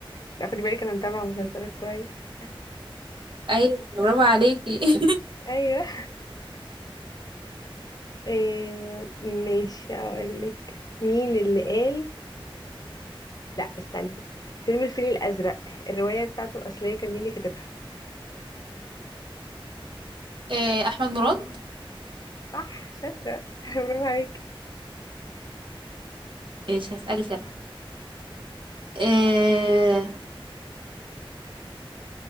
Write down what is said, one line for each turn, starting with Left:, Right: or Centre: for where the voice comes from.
Left: لا، خدي بالك أنا متابعة مسلسلات كويس
Right: ايوه برافو عليكي <laughs>
Left: أيوه آه، ماشي أقولك مين اللي قال لا استني فيلم الفيل الأزرق الرواية بتاعته الأصلية كان مين اللي كاتبها
Right: آه، احمد مراد
Left: صح شاطرة <laughs> برافو عليك
Right: ماشي هسألك انا آه،